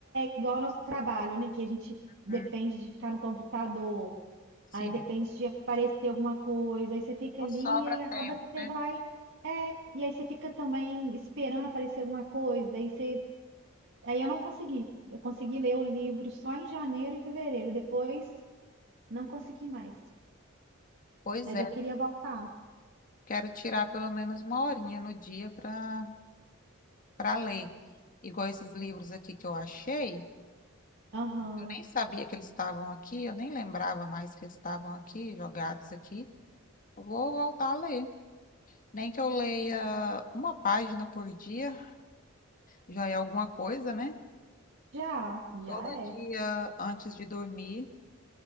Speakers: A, on the right; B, on the left.
A: igual ao nosso trabalho, né? Que a gente depende
B: Hum,
A: de ficar no computador,
B: Sim,
A: aí depende de aparecer alguma coisa, aí você fica
B: não
A: ali
B: sobra
A: e acaba
B: tempo,
A: que você
B: né?
A: vai. É, e aí você fica também esperando aparecer alguma coisa, aí você. Aí eu não consegui. Eu consegui ler o livro só em janeiro e fevereiro, depois não consegui mais.
B: Pois
A: Mas
B: é,
A: eu queria voltar.
B: quero tirar pelo menos uma horinha no dia para para ler. Igual esses livros aqui que eu achei,
A: Aham.
B: Eu nem sabia que eles estavam aqui, eu nem lembrava mais que eles estavam aqui, jogados aqui. Eu Vou voltar a ler. Nem que eu leia uma página por dia, já é alguma coisa, né?
A: Já, já
B: Todo
A: é.
B: dia antes de dormir.